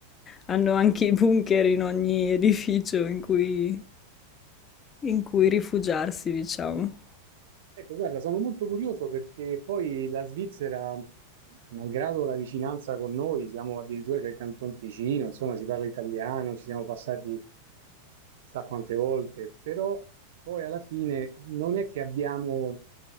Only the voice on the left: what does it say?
Hanno anche i bunker in ogni edificio in cui, in cui rifugiarsi, diciamo.